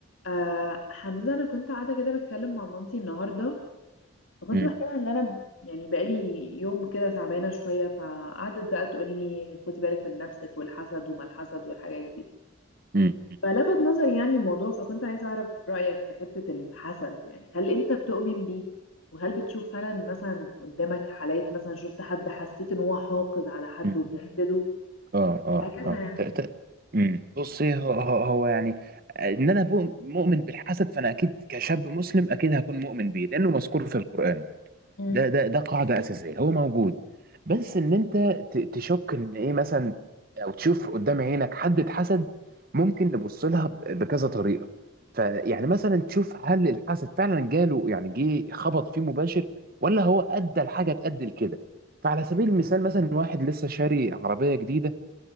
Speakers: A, on the left (about 80°); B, on the right (about 45°).
A: آه حمزة أنا كنت قاعدة كده بتكلم مع مامتي النهاردة فكنت
B: مم.
A: بحكي لها إن أنا ب- يعني بقالي يوم كده تعبانة شوية فقعدت بقى تقول لي خدي بالك من نفسك والحسد وما الحسد والحاجات دي
B: مم.
A: فلفت نظري يعني الموضوع فكنت عايزة أعرف رأيك في حتة الحسد يعني هل أنت بتؤمن بيه وهل بتشوف فعلا مثلا قدامك حالات مثلا شفت حد حسيت إن هو حاقد على حد
B: مم.
A: وبيحسده
B: اه
A: <laughs>
B: اه
A: هكذا
B: اه
A: يعني
B: ت- ت- مم. بصي هو, هو هو يعني ان انا بؤ- مؤمن بالحسد فانا اكيد كشاب مسلم اكيد هكون مؤمن بيه لانه مذكور في القران
A: مم.
B: ده ده ده قاعده اساسيه هو موجود بس ان انت ت- تشك ان ايه مثلا او تشوف قدام عينك حد اتحسد ممكن نبص لها ب- بكذا طريقه فيعني مثلا تشوف هل الحسد فعلا جاله يعني جه خبط فيه مباشر ولا هو ادى الحاجه تأدي لكده فعلى سبيل المثال مثلا واحد لسه شاري عربيه جديده